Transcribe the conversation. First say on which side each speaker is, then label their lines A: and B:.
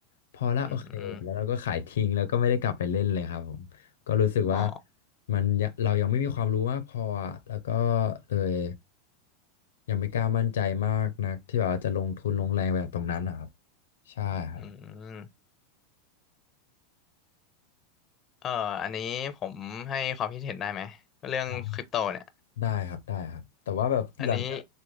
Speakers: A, on the left; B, on the left.
A: พอละโอเคแล้วเราก็ขายทิ้งแล้วก็ไม่ได้กลับไปเล่นเลยครับผมก็รู้สึกว่า
B: อืมอ๋อ
A: มันยังเรายังไม่มีความรู้มากพออะแล้วก็เลยยังไม่กล้ามั่นใจมากนักที่แบบว่าจะลงทุนลงแรงไปกับตรงนั้นนะครับใช่ครับ
B: อืมเอ่ออันนี้ผมให้ความคิดเห็นได้ไหมเรื่องคริปโตเนี่ย
A: อ๋อได้ครับได้ครับแต่ว่าแบบหลังจาก
B: อันนี้